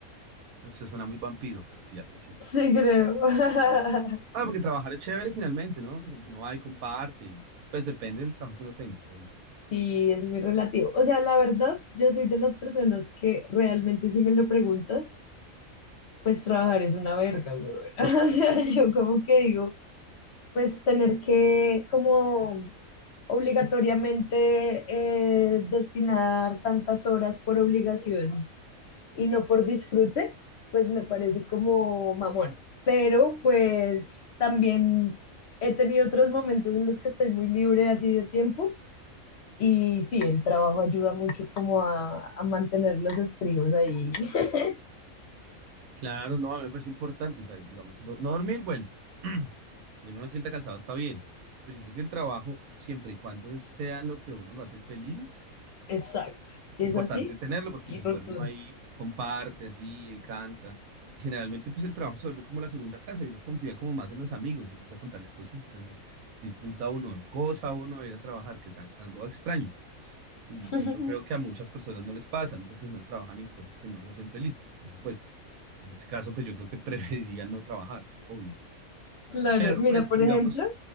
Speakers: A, on the right; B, on the left.
A: Eso suena muy vampiro, pero sí, algo así.
B: Sí, creo. <laughs>
A: Ah, porque trabajar es chévere finalmente, ¿no? Como que uno va y comparte y pues depende del trabajo que uno tenga, obvio.
B: Sí, es muy relativo. O sea, la verdad, yo soy de las personas que realmente si me lo preguntas, pues trabajar es una verga, güey. <laughs> O sea, yo como que digo... pues tener que como obligatoriamente eh, destinar tantas horas por obligación y no por disfrute, pues me parece como mamón. Pero pues también he tenido otros momentos en los que estoy muy libre así de tiempo y sí, el trabajo ayuda mucho como a, a mantener los estribos ahí. <laughs>
A: Claro, no, a mí me parece importante, o sea, digamos, do- no dormir, bueno, <clears throat> que uno no se sienta cansado está bien, pero yo siento que el trabajo, siempre y cuando es- sea lo que uno lo hace feliz,
B: Exacto,
A: es
B: si
A: importante
B: es así,
A: tenerlo porque
B: y
A: pues
B: rotundo.
A: igual uno ahí comparte, ríe, canta. Y generalmente pues el trabajo se vuelve como la segunda casa y uno confía como más en los amigos, y empieza a contarles cositas y disfruta uno, goza uno de ir a trabajar, que es al- algo extraño. Y
B: <laughs>
A: pues yo creo que a muchas personas no les pasa, muchas personas trabajan en cosas que no los hacen felices, por supuesto. Y en ese caso, pues yo creo que <laughs> preferiría no trabajar, obvio.
B: Claro,
A: Pero
B: mira,
A: pues
B: por
A: digamos,
B: ejemplo,